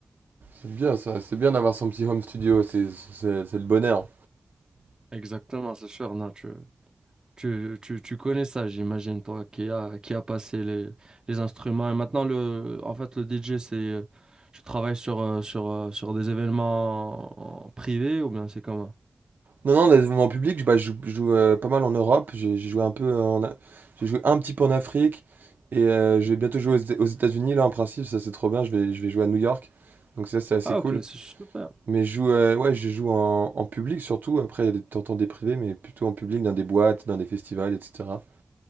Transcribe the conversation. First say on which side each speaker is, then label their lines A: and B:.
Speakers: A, on the right; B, on the right.
A: C'est bien, ça. C'est bien d'avoir son petit home studio, c'est c'est- c'est le bonheur.
B: Exactement, c'est sûr. Non, tu, tu, tu, tu connais ça, j'imagine, toi, qui a, qui a passé les, les instruments. Et maintenant, le, en fait, le DJ, c'est, euh, tu travailles sur, euh, sur, euh, sur des événements en- en privés ou bien c'est comment?
A: Non, non, dans les mouvements publics, bah, je joue, je joue, euh, pas mal en Europe. J'ai j'ai joué un peu en, A- j'ai joué un petit peu en Afrique et euh, je vais bientôt jouer aux, Éta- aux États-Unis là en principe. Ça c'est trop bien. Je vais, je vais jouer à New York. Donc ça c'est assez
B: Ah,
A: cool.
B: ok, c'est super.
A: Mais je joue, euh, ouais, je joue en, en public surtout. Après, il y a des- t'entends des privés, mais plutôt en public, dans des boîtes, dans des festivals, etc.